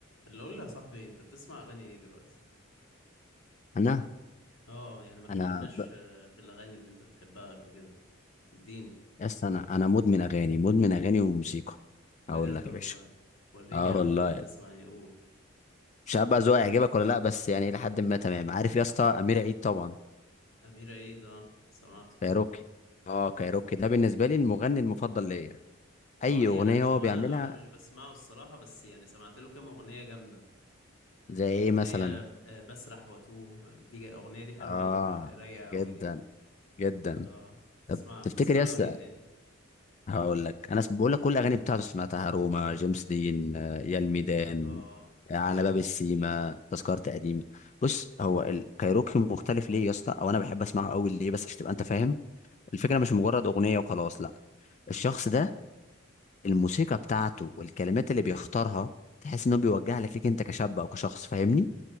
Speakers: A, on the left; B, on the left.
A: اللي اقول لك يا صاحبي انت بتسمع اغاني ايه دلوقتي
B: انا
A: اه يعني ما اتكلمناش
B: انا ب...
A: آه، في الاغاني اللي انت بتحبها قبل كده اديني
B: يس انا انا مدمن اغاني مدمن اغاني وموسيقى
A: بجد
B: اقول لك يا
A: والله
B: باشا
A: وريني
B: اه
A: يا عم
B: والله
A: بتسمع ايه قول
B: مش عارف بقى ذوقي هيعجبك ولا لا بس يعني لحد ما تمام عارف يا اسطى امير عيد طبعا
A: امير عيد اه سمعته
B: كايروكي اه كايروكي ده بالنسبه لي المغني المفضل ليا اي
A: اه يعني
B: اغنيه
A: هو
B: هو بيعملها
A: انا انا مش بسمعه الصراحه بس يعني سمعت له كام اغنيه جامده
B: زي
A: يعني
B: ايه
A: اللي
B: مثلا
A: هي آه، بسرح واتوه دي جا- اغنيه دي حلوه
B: اه
A: قوي رايقه قوي
B: جدا
A: دي
B: جدا
A: اه بتسمع
B: طب تفتكر
A: بتسمع
B: يس
A: له ايه تاني
B: هقول لك انا بقول لك كل الاغاني بتاعته سمعتها روما جيمس دين آه، يا الميدان
A: اه
B: آه، على
A: جامد
B: باب السيما تذكرة قديم بص هو الكايروكي مختلف ليه يا اسطى او انا بحب اسمعه قوي ليه بس عشان تبقى انت فاهم الفكره
A: اه
B: مش مجرد اغنيه وخلاص لا الشخص ده الموسيقى بتاعته والكلمات اللي بيختارها تحس انه بيوجه لك ليك انت كشاب او كشخص فاهمني